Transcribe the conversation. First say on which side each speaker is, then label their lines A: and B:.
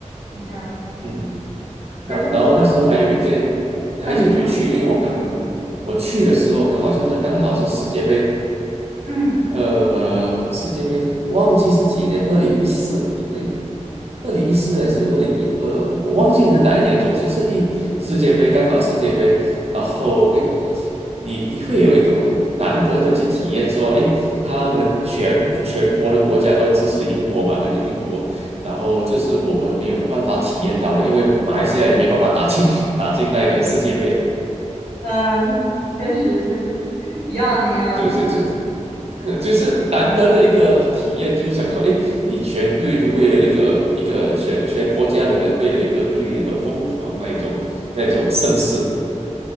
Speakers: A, on the right; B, on the right.
A: 是这样子。
B: 嗯，
A: 而且我现
B: 那然后那时候还有一件，还是有趣，
A: 啊，您说，
B: 因为我刚刚我去的时候，
A: 嗯
B: 刚好像是刚好是世界杯
A: 嗯
B: 呃，世界杯忘记是几年，二零一四，诶，二零一四还是二零一二，我忘记是哪一年。总之是一世界杯，刚好世界杯，然后诶，你你会有一种难得的去体验，说，诶，他们全全国的国家都支持英国嘛，对不对？英国，然后这是我们没有办法体验到的，因为马来西亚也没办法打进 <laughs> 打进那个世界杯，
A: 嗯，呃确实确实一样的一样的。
B: 就是这。呃就是难得的一个体验，就是想说，哎，你全队都为了一个一个全全国家的人为了一个队而疯狂那一种那一种盛世，